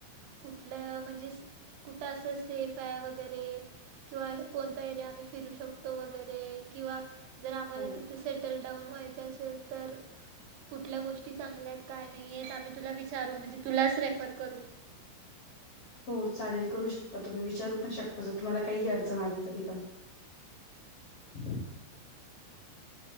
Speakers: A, on the right (about 80°); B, on the left (about 45°).
A: कुठल म्हणजे कुठ अस सेफ आहे वगैरे किंवा कोणता एरिया आम्ही फिरू शकतो, वगैरे किंवा जर आम्हाला
B: हो
A: तिथ सेटल जाऊन व्हायच असेल तर कुठल्या गोष्टी चांगल्या आहेत काय नाही आम्ही तुला विचारू म्हणजे तुलाच रेफर करू.
B: <unintelligible> हो चालेल करू शकता तुम्ही विचारू पण शकता जर तुम्हाला काही अडचण आली तरी पण. <unintelligible>